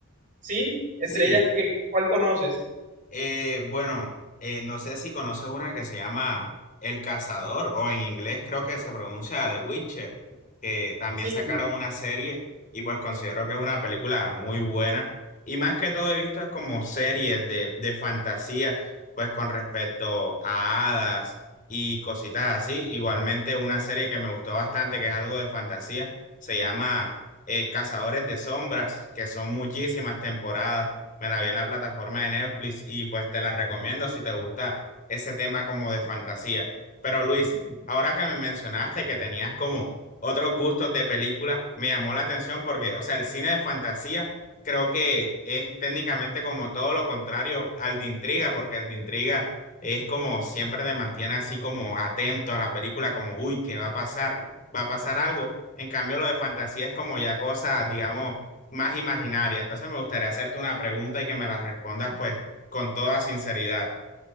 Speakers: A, on the right; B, on the left.
A: Sí, entre
B: Sí,
A: ellas, qué, ¿cuál conoces?
B: Eh, bueno, eh, no sé si conoces una que se llama El Cazador o en inglés creo que se pronuncia The Witcher, que también
A: Sí,
B: sacaron una serie y pues considero que es una película muy buena. Y más que todo he visto es como series de, de fantasía, pues con respecto a hadas y cositas así. Igualmente una serie que me gustó bastante, que es algo de fantasía, se llama eh, Cazadores de Sombras, que son muchísimas temporadas me la vi en la plataforma de Netflix y pues te la recomiendo si te gusta ese tema como de fantasía. Pero Luis, ahora que me mencionaste que tenías como otros gustos de películas, me llamó la atención porque, o sea, el cine de fantasía creo que es técnicamente como todo lo contrario al de intriga, porque el de intriga es como siempre te mantiene así como atento a la película, como, uy, ¿qué va a pasar? ¿Va a pasar algo? En cambio, lo de fantasía es como ya cosas, digamos más imaginaria. Entonces me gustaría hacerte una pregunta y que me la respondas pues con toda sinceridad.